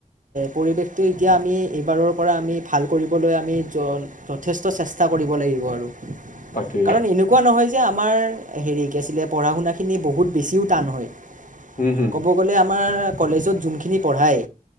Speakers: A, on the right; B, on the left.
A: পৰিৱেশটো তেতিয়া আমি এইবাৰৰ পৰা আমি ভাল কৰিবলৈ আমি যথেষ্ট চেষ্টা কৰিব লাগিব আৰু। কাৰণ
B: তাকে
A: এনেকুৱা নহয় যে আমাৰ হেৰি কি আছিলে পঢ়া শুনাখিনি বহুত বেছিও টান হয়।
B: হম হম
A: ক'ব গ'লে আমাৰ কলেজত যোনখিনি পঢ়ায়